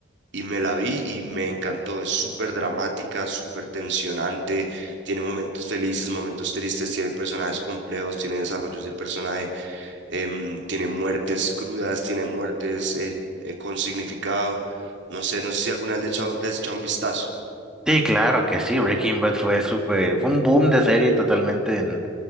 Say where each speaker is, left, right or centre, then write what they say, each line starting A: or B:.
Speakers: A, on the right; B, in the centre.
A: y me la vi y me encantó. Es súper dramática, súper tensionante, tiene momentos felices, momentos tristes, tiene personajes complejos, tiene desarrollos de personaje, em, tiene muertes crudas, tiene muertes eh, eh, con significado. No sé, no sé si alguna vez le he echado- le has echado un vistazo.
B: Sí, claro que sí, Breaking Bad fue súper, fue un boom de serie totalmente en,